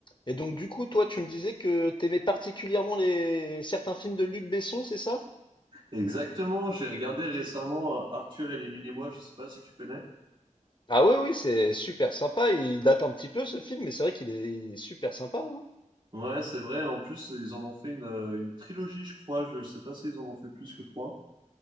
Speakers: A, on the left; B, on the right.
A: Et donc, du coup, toi, tu me disais que t'aimais particulièrement les certains films de Luc Besson, c'est ça?
B: Exactement, j'ai regardé récemment euh, Arthur et les Minimois, je sais pas si tu connais.
A: Ah oui, oui, c'est super sympa. Il date un petit peu ce film, mais c'est vrai qu'il est, il est super sympa. hein.
B: Ouais, c'est vrai, en plus, ils en ont fait une, euh, une trilogie, je crois, je sais pas s'ils en ont fait plus que trois.